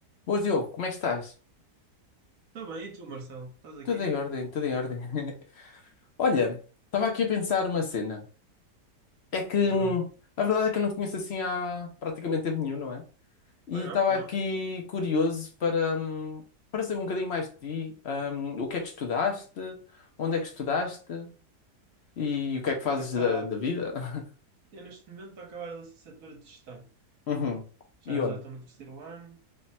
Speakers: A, on the left (about 50°); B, on the right (about 60°).
A: Boas, Diogo, como é que estás?
B: Está bem, e tu, Marcelo? Estás aqui?
A: Tudo em ordem, tudo em ordem. <laughs> Olha, estava aqui a pensar uma cena. É que
B: Diz
A: hum,
B: lá.
A: a verdade é que eu não te conheço assim há praticamente tempo nenhum, não é? E
B: Foi não,
A: estava
B: foi não.
A: aqui curioso para, hum, para saber um bocadinho mais de ti. Hum, o que é que estudaste? Onde é que estudaste? E o que é que fazes
B: Epá,
A: da, da vida? <laughs>
B: eu neste momento estou a acabar a licenciatura de gestão.
A: Uhum.
B: Já
A: E onde?
B: já estou no terceiro ano,